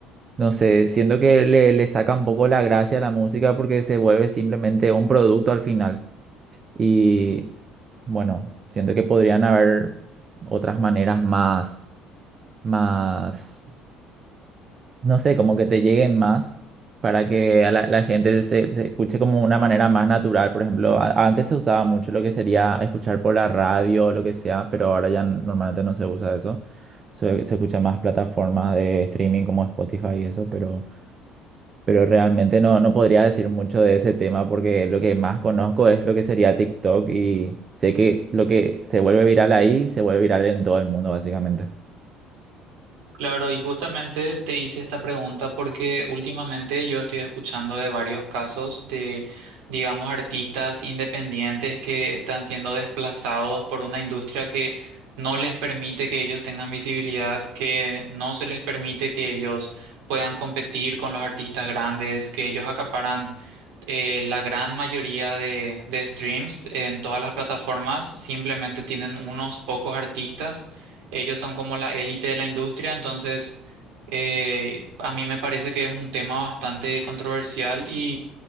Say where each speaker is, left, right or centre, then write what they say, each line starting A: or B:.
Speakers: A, on the right (about 25°); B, on the right (about 90°).
A: no sé, siento que le, le saca un poco la gracia a la música porque se vuelve simplemente un producto al final. Y bueno, siento que podrían haber otras maneras más más, no sé, como que te lleguen más para que a la, la gente se, se escuche como una manera más natural. Por ejemplo, a- antes se usaba mucho lo que sería escuchar por la radio o lo que sea, pero ahora ya n- normalmente no se usa eso. Se, se escucha más plataformas de streaming como Spotify y eso, pero, pero realmente no, no podría decir mucho de ese tema porque lo que más conozco es lo que sería TikTok y sé que lo que se vuelve viral ahí se vuelve viral en todo el mundo, básicamente.
B: Claro, y justamente te hice esta pregunta porque últimamente yo estoy escuchando de varios casos de, digamos, artistas independientes que están siendo desplazados por una industria que no les permite que ellos tengan visibilidad, que no se les permite que ellos puedan competir con los artistas grandes, que ellos acaparan eh, la gran mayoría de, de streams en todas las plataformas, simplemente tienen unos pocos artistas ellos son como la élite de la industria, entonces eh, a mí me parece que es un tema bastante controversial y